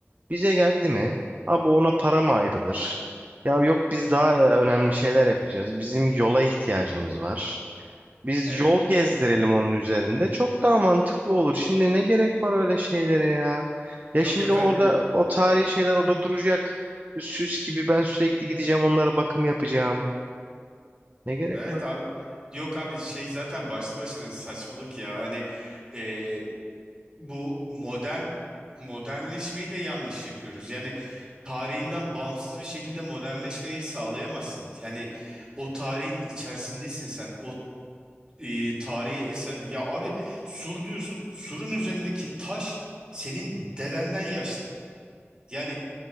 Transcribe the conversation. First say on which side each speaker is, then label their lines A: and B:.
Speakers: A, on the right; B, on the right.
A: bize geldi mi, abi ona para mı ayrılır? Ya yok biz daha e, önemli şeyler yapacağız. Bizim yola ihtiyacımız var. Biz
B: Evet.
A: yol gezdirelim onun üzerinde. Çok daha mantıklı olur. Şimdi ne gerek var öyle şeylere ya?
B: Yok
A: Ya şimdi
B: efendim.
A: orada o tarihi şeyler orada duracak. Süs gibi ben sürekli gideceğim onlara bakım yapacağım. Ne gerek
B: Evet
A: var?
B: abi. Yok abi şey zaten başlı başına saçmalık ya. Hani e, bu modern modernleşmeyi de yanlış yapıyoruz. Yani tarihinden bağımsız bir şekilde modernleşmeyi sağlayamazsın. Yani o tarihin içerisindesin sen. O e, tarihi eserli. Ya abi sur diyorsun. Surun üzerindeki taş senin dedenden yaşlı. Yani